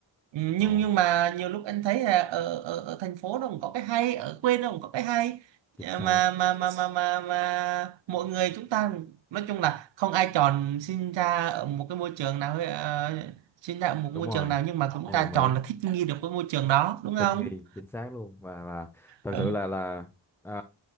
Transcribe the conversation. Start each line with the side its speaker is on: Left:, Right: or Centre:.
Right: Ừ,
Centre: ồ
Right: nhưng nhưng mà nhiều lúc anh thấy là ở, ở, ở thành phố nó cũng có cái hay ở quê nó cũng có cái hay
Centre: chính
Right: À,
Centre: xác
Right: mà mà mà mà mà mà mọi người chúng ta nói chung là không ai chọn sinh ra ở một cái môi trường nào ờ, sinh ra ở một
Centre: đúng
Right: môi
Centre: rồi
Right: trường nào nhưng mà chúng
Centre: em
Right: ta
Centre: đồng ý
Right: chọn là thích nghi được với môi trường đó đúng không
Centre: thích nghi chính xác luôn và và thật
Right: đúng
Centre: sự là là ờ,